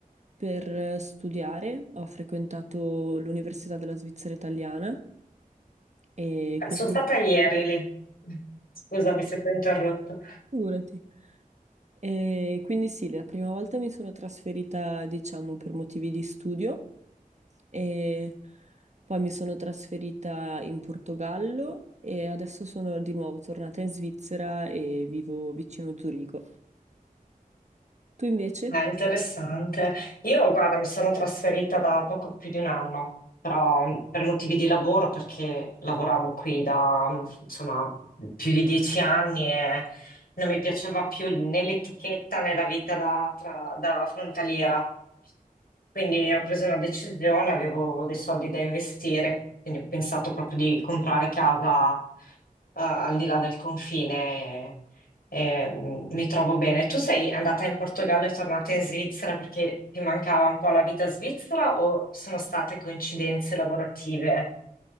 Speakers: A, on the right; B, on the left.
A: per eh, studiare. Ho frequentato l'Università della Svizzera Italiana e quindi
B: Eh, Sono stata ieri lì. Scusami se ti ho interrotto.
A: figurati. E quindi sì, la prima volta mi sono trasferita, diciamo, per motivi di studio e poi mi sono trasferita in Portogallo e adesso sono di nuovo tornata in Svizzera e vivo vicino Zurigo. Tu invece?
B: Ah, interessante. Io, guarda, mi sono trasferita da poco più di un anno, però mh, per motivi di lavoro, perché lavoravo qui da, mh, insomma, più di dieci anni e non mi piaceva più né l'etichetta né la vita da, tra- da frontaliera. Quindi ho preso una decisione, avevo dei soldi da investire, quindi ho pensato proprio di comprare casa, eh, al di là del confine. e, mm, mi trovo bene. Tu sei andata in Portogallo e tornata in Svizzera perché ti mancava un po' la vita svizzera o sono state coincidenze lavorative?